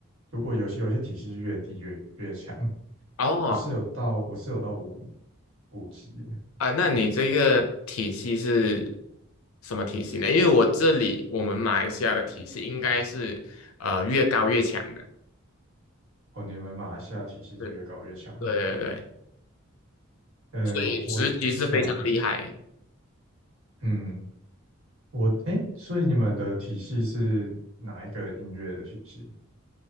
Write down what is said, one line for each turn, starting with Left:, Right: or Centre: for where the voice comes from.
Right: 如果有些有些体系是越低越越强，
Left: 哦
Right: 我是有到我是有到五五级的
Left: 啊，那你这个体系是什么体系呢？因为我这里我们马来西亚的体系应该是呃越高越强的，
Right: 哦，你们马来西亚体系是越高越强。
Left: 对对对对，
Right: 呃，
Left: 所以职级是非常厉害。
Right: 我我想，嗯，我诶，所以你们的体系是哪一个音乐的体系？